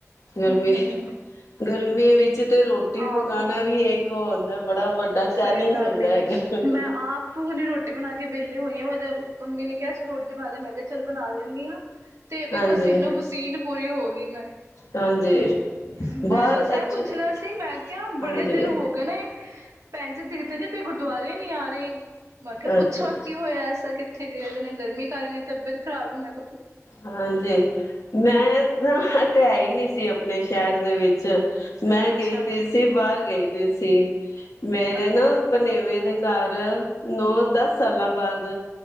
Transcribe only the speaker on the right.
ਹਮ ਹਮ
ਆਹੋ
ਸਹੀ ਗੱਲ
ਏ
ਮੈਂ ਆਪ ਹੁਣੇ ਰੋਟੀ ਬਣਾ ਕੇ ਵਿਹਲੀ ਹੋਈ ਆ ਮਤਲਬ ਮੰਮੀ ਨੇ ਕਿਹਾ ਚਲ ਰੋਟੀ ਪਾ ਦੇ ਮੈਂ ਕਿਹਾ ਚੱਲ ਬਣਾ ਦਿੰਦੀ ਆ। ਤੇ ਵੀ
ਪਸੀਨੋ-ਪਸੀਨ ਪੂਰੀ ਹੋ ਗਈ ਮੈਂ।
ਮੈਂ
ਬਸ ਇਹ
ਪੁੱਛਣਾ ਸੀ, ਮੈਂ ਕਿਹਾ ਬੜੇ
ਦਿਨ ਹੋ ਗਏ ਨੇ ਪੈਚ ਦੀਦੀ ਨੀ ਫਿਰ ਗੁਰਦੁਆਰੇ ਨੀ ਆ ਰਹੇ। ਮੈਂ ਕਿਹਾ
ਪੁੱਛਾਂ ਕੀ ਹੋਇਆ ਐਸਾ, ਕਿਤੇ ਕਿੱਥੇ ਗਏ ਵੇ ਨੇ ਗਰ <unintelligible> ਖਰਾਬ ਹੀ ਮੈਂ ਕ
ਅੱਛਾ
ਅੱਛਾ